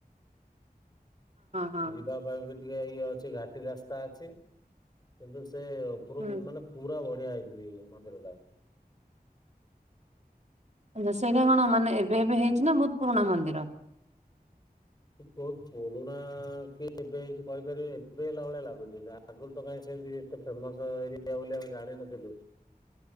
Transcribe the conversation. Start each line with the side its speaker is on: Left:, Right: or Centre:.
Right: ହଁ।
Left: ଯିବା ପାଇଁ ବି ଟିକେ ଇଏ ଅଛି ଘାଟି ରାସ୍ତା ଅଛି କିନ୍ତୁ ସେ ଉପରକୁ
Right: ହୁଁ
Left: ମାନେ ପୁରା ବଢିଆ ହେଇଛି ମନ୍ଦିର ଟା।
Right: ଆ ସେଇଟା କଣ ମାନେ ଏବେ ଏବେ ହେଇଛି ନା ବହୁତ ପୁରୁଣା ମନ୍ଦିର।
Left: ବହୁତ ପୁରୁଣା କି ଏବେ ହେଇଛି କହିପାରିବିନି ଏବେ ହେଲା ଭଳିଆ ଲାଗୁଛି। ଆଗରୁ ତ କାଇଁ ସେମିତି ଏତେ ଫେମସ୍ ଏରିଆ ବୋଲି ଆମେ ଜାଣିନଥିଲୁ।
Right: <inaudible>